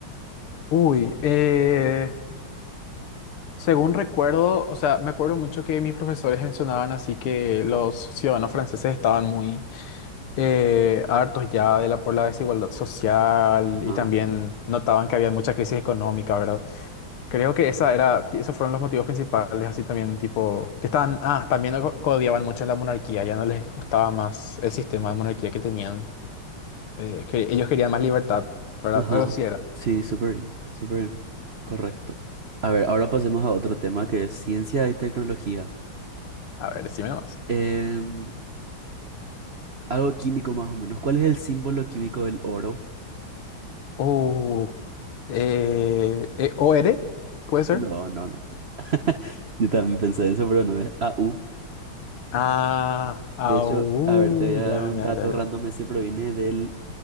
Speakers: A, on the left; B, on the right.
A: Uy, eh, según recuerdo, o sea, me acuerdo mucho que mis profesores mencionaban así que los ciudadanos franceses estaban muy eh, hartos ya de la, por la desigualdad social
B: Ajá,
A: y también notaban que había mucha crisis económica, ¿verdad? Creo que esa era, esos fueron los motivos principales, así también, tipo, que estaban, ah, también co- odiaban mucho la monarquía, ya no les gustaba más el sistema de monarquía que tenían, eh, que ellos querían más libertad, ¿verdad?
B: ajá.
A: Algo así era.
B: Sí, súper bien, súper bien. Correcto. A ver, ahora pasemos a otro tema que es ciencia y tecnología.
A: A ver, decime nomás.
B: Em, algo químico más o menos. ¿Cuál es el símbolo químico del oro?
A: Uh, eh, eh, ¿OR? ¿Puede ser?
B: No, no, no. <laughs> Yo también pensé eso, pero no es AU.
A: Ah, AU,
B: De hecho, a ver, te voy a
A: ya,
B: dar un
A: ya,
B: dato
A: ya,
B: random.
A: ya.
B: Ese proviene de